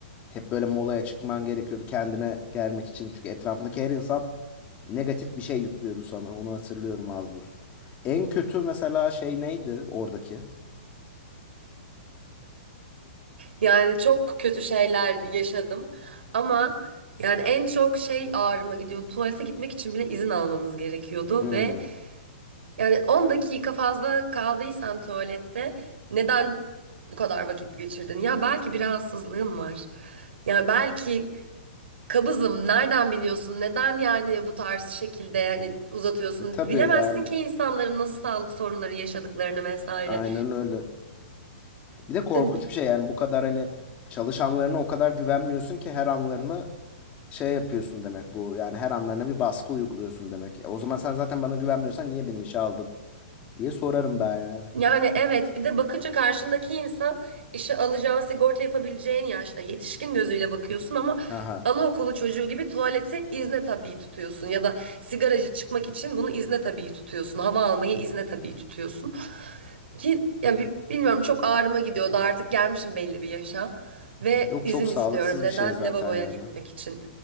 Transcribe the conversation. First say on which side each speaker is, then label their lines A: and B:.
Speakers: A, on the left (about 25°); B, on the right (about 75°).
A: Hep böyle molaya çıkman gerekiyordu kendine gelmek için. Çünkü etrafındaki her insan negatif bir şey yüklüyordu sana. Onu hatırlıyorum az buz. En kötü mesela şey neydi oradaki?
B: Yani çok kötü şeyler yaşadım ama yani en çok şey ağrıma gidiyordu. Tuvalete gitmek için bile izin almamız gerekiyordu
A: Hmm.
B: ve yani 10 dakika fazla kaldıysan tuvalette neden bu kadar vakit geçirdin? Ya belki bir rahatsızlığım var. Yani belki kabızım. Nereden biliyorsun? Neden yani bu tarz şekilde yani uzatıyorsun?
A: E, Tabii
B: Bilemezsin
A: yani.
B: ki insanların nasıl sağlık sorunları yaşadıklarını vesaire.
A: Aynen öyle. Bir de korkunç
B: Yani
A: bir şey yani bu kadar hani çalışanlarına o kadar güvenmiyorsun ki her anlarını şey yapıyorsun demek bu. Yani her anlarına bir baskı uyguluyorsun demek. Ya, o zaman sen zaten bana güvenmiyorsan niye beni işe aldın diye sorarım ben yani.
B: Yani evet bir de bakınca karşındaki insan işe alacağın sigorta yapabileceğin yaşta yetişkin gözüyle bakıyorsun ama
A: Haha.
B: anaokulu çocuğu gibi tuvaleti izne tabii tutuyorsun ya da sigaracı çıkmak için bunu izne tabii tutuyorsun hava almayı izne tabii tutuyorsun. Ki ya bi- bilmiyorum çok ağrıma gidiyordu artık gelmişim belli bir yaşa ve
A: Yok
B: izin
A: çok sağlıksız
B: istiyorum neden
A: bir şey zaten
B: lavaboya
A: yani.
B: gitmek için